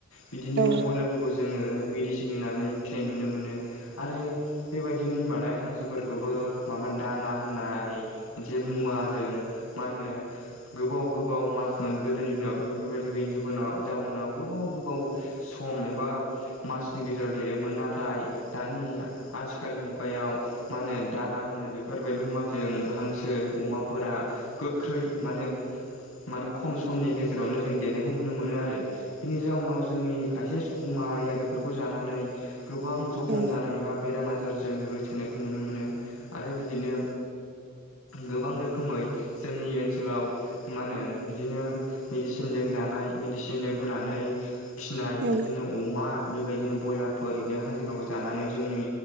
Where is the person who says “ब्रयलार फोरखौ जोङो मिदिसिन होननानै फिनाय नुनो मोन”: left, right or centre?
Left